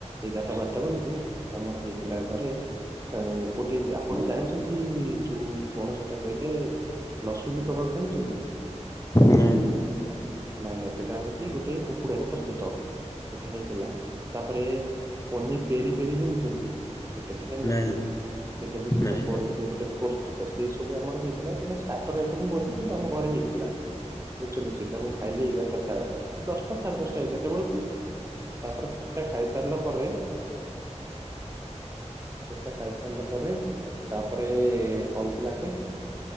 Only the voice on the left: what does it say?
ନାଇଁ ନାଇଁ।
ନାଇଁ
ନାଇଁ
ଜାଣି